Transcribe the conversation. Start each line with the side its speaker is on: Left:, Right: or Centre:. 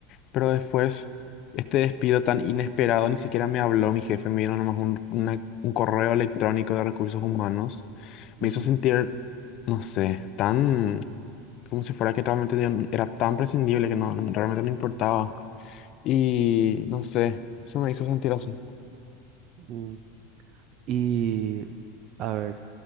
Left: Pero después, este despido tan inesperado, ni siquiera me habló mi jefe, me vino nomás un, una- un correo electrónico de recursos humanos.
Right: Ujú,
Left: Me hizo sentir, no sé, tan como si fuera que realmente yo n- era tan prescindible que no, no- realmente no importaba. Y no sé, eso me hizo sentir así.
Right: mm. Y a ver.